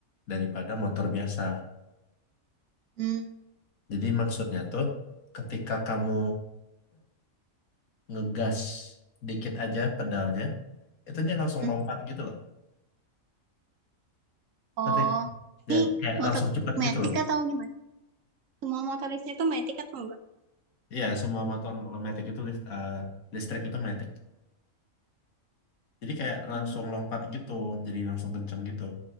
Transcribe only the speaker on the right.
Hmm,
hmm.
Oh,
ini
motor
metik
atau gimana? Semua motor listrik itu metik atau enggak?
Hmm,